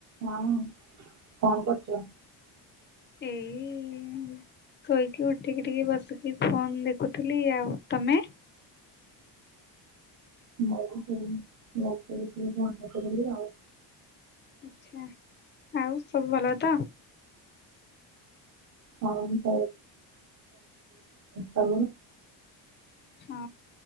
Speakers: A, on the right; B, on the left.
A: ହଁ କଣ କରୁଚ?
B: ଏଇ ଶୋଇକି ଉଠିକି ଟିକେ ବସିକି ଫୋନ ଦେଖୁଥିଲି ଆଉ ତମେ?
A: ମୁଁ ସେ ଟିକେ <inaudible> ଭଲି ଆଉ।
B: ଆଚ୍ଛା ଆଉ ସବୁ ଭଲ ତ?
A: ହଁ <inaudible> ସ ତମର
B: ହଁ